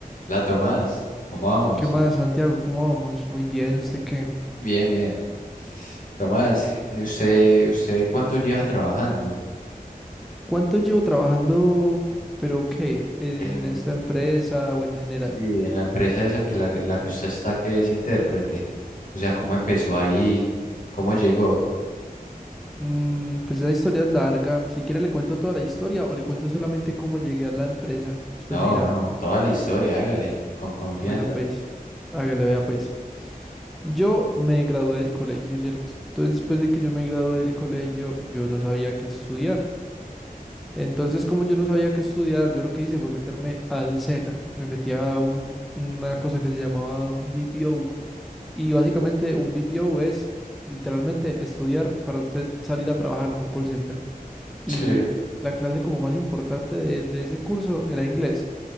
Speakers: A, on the left (about 60°); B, in the centre.
A: La Tomás, ¿cómo vamos?
B: ¿Qué más, Santiago? ¿Cómo vamos? Muy bien, ¿usted qué?
A: Bien, bien. Tomás, ¿usted, usted cuánto lleva trabajando
B: ¿Cuánto llevo trabajando, pero qué, en
A: en,
B: esta empresa o en general?
A: sí, en la empresa esa que la, la que usted está, que es intérprete? O sea, ¿cómo empezó ahí? ¿Cómo llegó?
B: Mm, pues esa historia es larga. Si quiere le cuento toda la historia o le cuento solamente cómo llegué a la empresa. Usted
A: No,
B: me dirá,
A: Mm, no, toda la historia, hágale, con confianza.
B: bueno, pues, hágale, vea, pues. Yo me gradué del colegio, ¿cierto? Entonces, después de que yo me gradué del colegio, yo no sabía qué estudiar. Entonces, como yo no sabía qué estudiar, yo lo que hice fue meterme al SENA. Me metí a un- una cosa que se llamaba BPO. Y básicamente un BPO es literalmente estudiar para usted salir a trabajar en un call center. Y
A: Sí,
B: la clase como más importante de, de ese curso era inglés.